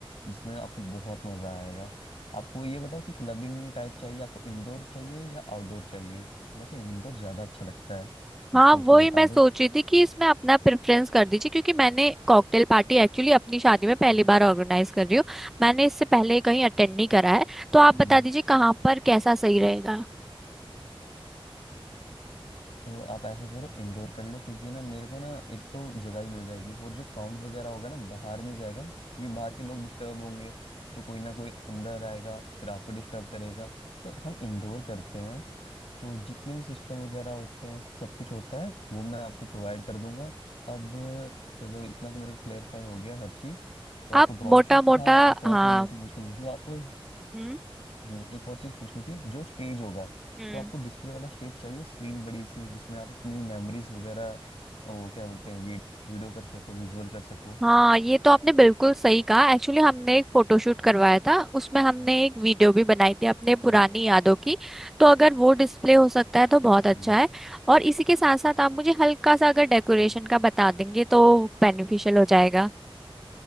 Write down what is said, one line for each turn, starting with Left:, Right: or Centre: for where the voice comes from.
Left: जिसमें आपको बहुत मज़ा आएगा आपको ये बताओ कि क्लबिंग टाइप चाहिए आपको इंडोर चाहिए या आउटडोर चाहिए वैसे इंडोर ज़्यादा अच्छा लगता है तो
Centre: हाँ
Left: सोच
Centre: वही
Left: के बता
Centre: मैं
Left: दो
Centre: सोच रही थी कि इसमें अपना प्रेफरेंस कर दीजिए क्योंकि मैंने कॉकटेल पार्टी एक्चुअली अपनी शादी में पहली
Left: हम्म,
Centre: बार ऑर्गेनाइज कर रही हूँ मैंने इससे पहले कहीं अटेंड नहीं करा है तो आप
Left: हम्म।
Centre: बता दीजिए कहाँ पर कैसा सही रहेगा
Left: तो आप ऐसे करो इंडोर कर लो क्योंकि ना मेरे को ना एक तो जगह ही मिल जाएगी और जो साउंड वगैरह होगा ना बाहर नहीं जाएगा क्योंकि बाहर के लोग डिस्टर्ब होंगे तो कोई ना कोई अंदर आएगा फिर आपको डिस्टर्ब करेगा तो हम इंडोर करते हैं तो जितने भी सिस्टम वगैरह होते हैं सब कुछ होता है वो मैं आपको प्रोवाइड कर दूंगा अब चलो इतना तो मेरे को क्लेरिफाई हो गया हर चीज़ तो आपको
Centre: आप
Left: ड्रोन
Centre: मोटा
Left: शूट
Centre: मोटा
Left: हाँ एक और
Centre: हाँ
Left: चीज़ मेरे को पूछनी थी जो आपको
Centre: हम्म
Left: हम्म, एक और चीज़ पूछनी थी जो स्टेज होगा
Centre: हम्म।
Left: तो आपको डिस्प्ले वाला स्टेज चाहिए स्क्रीन बड़ी सी जिसमें आप अपनी मेमोरीज वगैरह वो क्या बोलते हैं वीडियो कर सको विजुअल कर सको
Centre: हाँ ये तो आपने बिल्कुल सही कहा एक्चुअली हमने एक फोटोशूट करवाया था उसमें हमने
Left: हम्म
Centre: एक वीडियो भी बनाई थी अपने पुरानी
Left: हम्म
Centre: यादों की तो अगर वो डिस्प्ले हो सकता है तो बहुत अच्छा
Left: हम्म,
Centre: है और इसी के साथ साथ आप मुझे हल्का सा अगर डेकोरेशन
Left: हम्म,
Centre: का बता देंगे तो बेनिफिशियल हो जाएगा